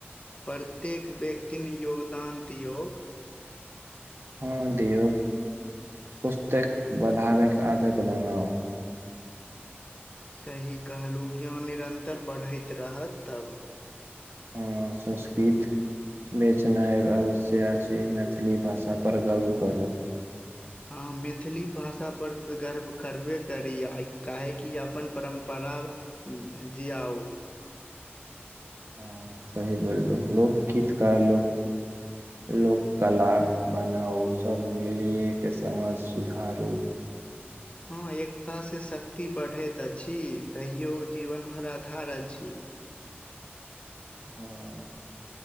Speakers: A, on the left; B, on the right.
A: प्रत्येक व्यक्ति ने योगदान दियौ।
B: हँ दिऔ, पुस्तक बढ़ाबैके आदत बनाउ।
A: सही कहलहु क्योन निरन्तर बढ़ैत रहत तब।
B: हँ, संस्कृत बेचनाइ अवश्य अछि, मैथिली भाषा पर गर्व करू।
A: हँ, मैथिली भाषा परर तऽ गर्व करबे करी, काहेकि अपन परम्प पारा जी आउ
B: हँ, सही बोलहुँ लोकगीतकार लोक लोककला बनाउ, सब मिलिये के समाज सुधारू
A: हँ, एकता से शक्ति बढ़ैत अछि, सहयोग जीवन भरि आधार अछि।
B: हँ,